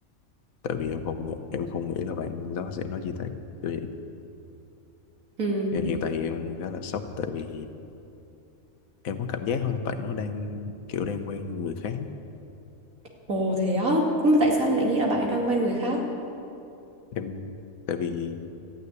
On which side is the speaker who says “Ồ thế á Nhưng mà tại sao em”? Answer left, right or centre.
Right